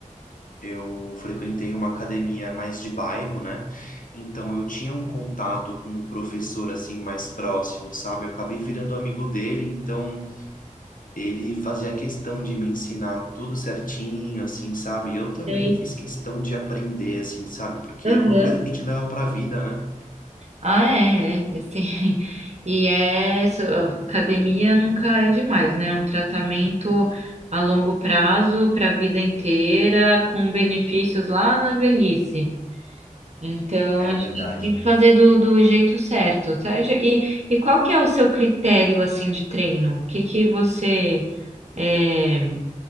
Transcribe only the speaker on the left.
eu frequentei uma academia mais de bairro, né? Então eu tinha um contato com um professor assim mais próximo, sabe? Eu acabei virando amigo dele, então ele fazia questão de me ensinar tudo certinho, assim, sabe? Eu também
fiz questão de aprender, assim, sabe? Porque
é uma coisa que a gente leva pra vida, né?
É
verdade.